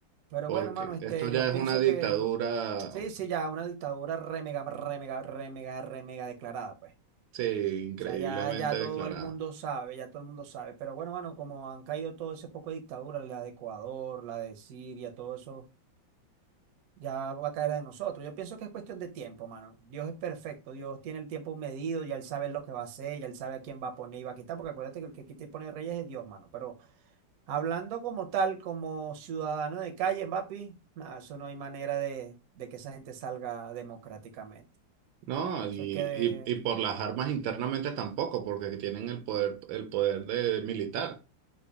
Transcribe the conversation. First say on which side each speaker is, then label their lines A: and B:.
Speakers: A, on the right; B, on the right.
A: Pero
B: Porque
A: bueno, mano, este,
B: esto
A: yo
B: ya
A: pienso
B: es una dictadura,
A: que Sí, sí, ya una dictadura re mega, re mega, re mega, re mega declarada, pues.
B: Sí, increíblemente
A: O sea, ya, ya todo
B: declarada.
A: el mundo sabe, ya todo el mundo sabe. Pero bueno, mano, como han caído todo ese poco de dictaduras, la de Ecuador, la de Siria, todo eso, ya va a caer la de nosotros. Yo pienso que es cuestión de tiempo, mano. Dios es perfecto, Dios tiene el tiempo medido, ya él sabe lo que va a hacer, ya él sabe a quién va a poner y va a quitar, porque acuérdate que el que quita y pone reyes es Dios, mano. Pero hablando como tal, como ciudadano de calle, papi, nada, eso no hay manera de, de que esa gente salga democráticamente.
B: No,
A: Eso
B: y,
A: hay que...
B: y, y por las armas internamente tampoco, porque tienen el poder, el poder de militar,